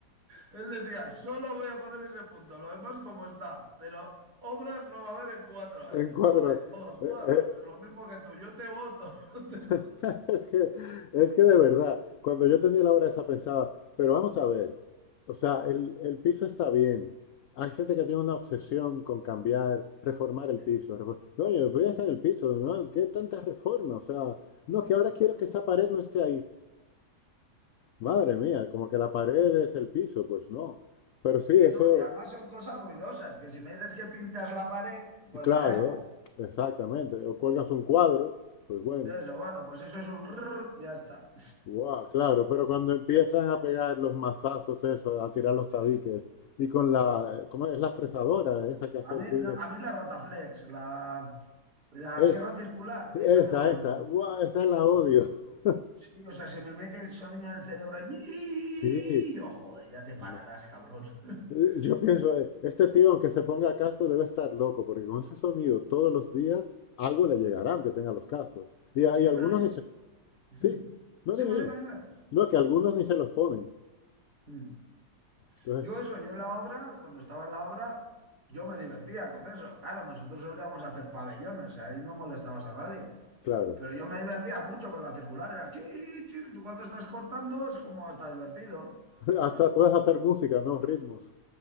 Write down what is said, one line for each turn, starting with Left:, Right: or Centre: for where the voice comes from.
Right: Él decía, solo voy a poner ese punto, lo demás como está, pero obras no va a haber en cuatro años.
Left: En cuadro.
Right: Joder, y todos,
Left: Eh,
Right: "Buah,
Left: eh,
Right: pues lo mismo que tú, yo te voto. <laughs>
Left: <laughs> es que, es que de verdad, cuando yo tenía la hora esa pensaba, pero vamos a ver, o sea, el, el piso está bien. Hay gente que tiene una obsesión con cambiar, reformar el
Right: Sí,
Left: piso. refor- Coño, voy a hacer el piso, ¿no? ¿Qué tanta reforma? O sea, no, que
Right: sí.
Left: ahora quiero que esa pared no esté ahí. Madre mía, como que la pared es el piso, pues no. Pero sí,
Right: Sí,
Left: eso,
Right: no, y además son cosas ruidosas, que si me dices que pintas la pared, pues
Left: Claro,
Right: me da igual.
Left: exactamente. O cuelgas un cuadro, pues bueno,
Right: Eso, bueno, pues eso es un rrr, ya está.
Left: guau, claro. Pero cuando empiezan a pegar los mazazos, eso, a tirar los
Right: Sí.
Left: tabiques, y con la, ¿cómo es la fresadora esa que hace
Right: A
Left: el
Right: mí,
Left: ruido?
Right: no, a mí la Rotaflex, la, la
Left: Es,
Right: sierra circular,
Left: esa,
Right: esa me vuelve
Left: esa,
Right: loco.
Left: guau, esa la odio. <laughs>
Right: Sí, o sea, se me mete el sonido del cerebro y
Left: Sí,
Right: yo, joder, ya te pararás,
Left: ma-
Right: cabrón.
Left: eh,
Right: <laughs>
Left: yo pienso, eh, este tío, aunque se ponga casco, debe estar loco, porque con ese sonido todos los días algo le llegará, aunque tenga los cascos. Y, hay
Right: Sí,
Left: algunos
Right: pero yo...
Left: ni
Right: <clears throat>
Left: se,
Right: Mm.
Left: sí, no
Right: Dime,
Left: dime, dime.
Right: dime, dime.
Left: No, que algunos ni se los ponen.
Right: <clears throat> Mm.
Left: Entonces,
Right: Yo eso, yo en la obra, cuando estaba en la obra, yo me divertía con eso. Claro, nosotros solíamos hacer pabellones, ahí no molestabas a nadie.
Left: Claro.
Right: Pero yo me divertía mucho con la circular. Era, chi, chi, tú cuando estás cortando es como hasta divertido.
Left: <laughs> Hasta
Right: Claro,
Left: puedes hacer música, ¿no? Ritmos.